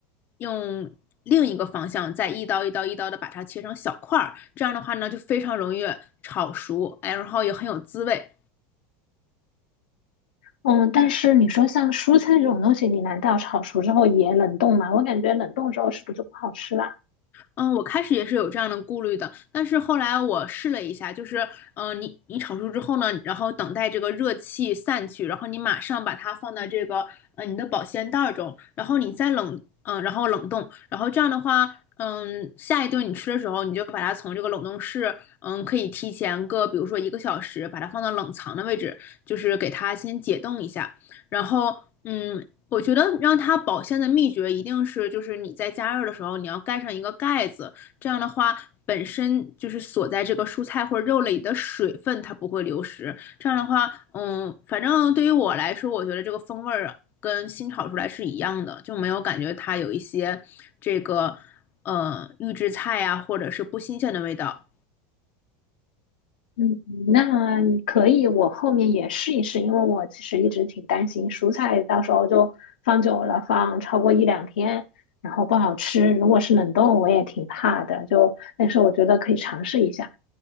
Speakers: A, on the left; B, on the left.
A: 用另一个方向再一刀一刀一刀的把它切成小块儿，这样的话呢就非常容易炒熟，哎，然后也很有滋味。
B: 嗯，但是你说像蔬菜这种东西，你难道炒熟之后也冷冻吗？我感觉冷冻之后是不是就不好吃啦？
A: 嗯，我开始也是有这样的顾虑的，但是后来我试了一下，就是，嗯、你你炒熟之后呢，然后等待这个热气散去，然后你马上把它放到这个，呃，你的保鲜袋儿中，然后你再冷，嗯、然后冷冻，然后这样的话，嗯，下一顿你吃的时候，你就把它从这个冷冻室，嗯，可以提前个，比如说一个小时，把它放到冷藏的位置，就是给它先解冻一下，然后，嗯，我觉得让它保鲜的秘诀一定是，就是你在加热的时候，你要盖上一个盖子，这样的话，本身就是锁在这个蔬菜或者肉类里的水分，它不会流失。这样的话，嗯，反正对于我来说，我觉得这个风味儿跟新炒出来是一样的，就没有感觉它有一些这个呃预制菜呀、或者是不新鲜的味道。
B: 嗯，那可以，我后面也试一试，因为我其实一直挺担心蔬菜到时候就放久了，放超过一两天，然后不好吃。如果是冷冻，我也挺怕的，就但是我觉得可以尝试一下。